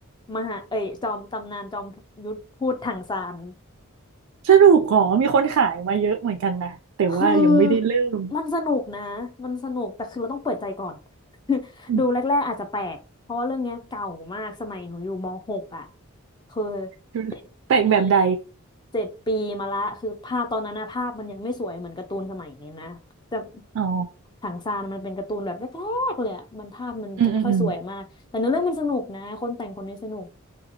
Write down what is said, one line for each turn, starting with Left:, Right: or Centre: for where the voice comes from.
Left: มหาเอ้ยจอมตำนานจอมยุทธพูดถังซาน
Right: สนุกอ๋อมีคนขายมาเยอะเหมือนกันนะแต่ว่ายังไม่ได้เริ่ม
Left: คือมันสนุกนะมันสนุกแต่คือเราต้องเปิดใจก่อน
Right: อืม
Left: <laughs> ดูแรกๆอาจจะแปลกเพราะว่าเรื่องเนี้ยเก่ามากสมัยหนูอยู่ม .6 อ่ะคือ
Right: ดูแปลกแบบใด
Left: เจ็ดปี เจ็ดปีมาละคือภาพตอนนั้นนะภาพมันยังไม่สวยเหมือนการ์ตูนสมัยนี้นะจะ
Right: อ๋อ
Left: ถังซานมันเป็นการ์ตูนแบบแรกๆเลยอะมันภาพมันจะไม่ค่อยสวยมากแต่เนื้อเรื่องมันสนุกนะคนแต่งคนนี้สนุก
Right: อืมอืมอืม